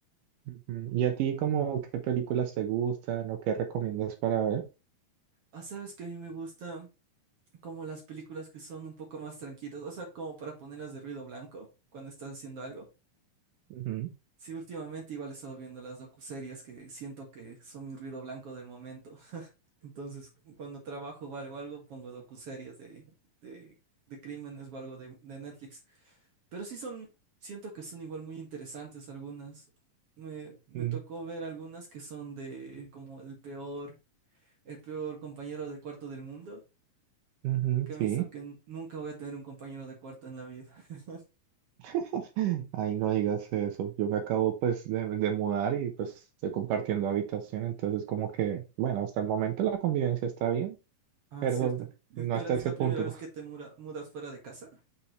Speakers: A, on the right; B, on the right.
A: Ujú. ¿Y a ti como qué películas te gustan o qué recomiendas para ver?
B: Ah, sabes que a mí me gusta como las películas que son un poco más tranquilas, o sea, como para ponerlas de ruido blanco cuando estás haciendo algo.
A: Ujú,
B: Sí, últimamente igual he estado viendo las docuseries que siento que son mi ruido blanco del momento. Entonces, cuando trabajo o algo, algo pongo docuseries de, de, de crímenes o algo de, de Netflix. Pero sí son, siento que son igual muy interesantes algunas. Me, me
A: mm,
B: tocó ver algunas que son de como el peor, el peor compañero de cuarto del mundo,
A: ujú,
B: que me
A: sí.
B: hizo que n- nunca voy a tener un compañero de cuarto en la vida. <laughs>
A: <laughs> Ay, no digas eso. Yo me acabo pues de, de mudar y pues estoy compartiendo habitación, entonces como que, bueno, hasta el momento la convivencia está bien.
B: Ah,
A: pero
B: cierto. Eh,
A: no
B: Pero
A: hasta
B: es
A: ese
B: la
A: punto.
B: primera vez que te mura- mudas fuera de casa.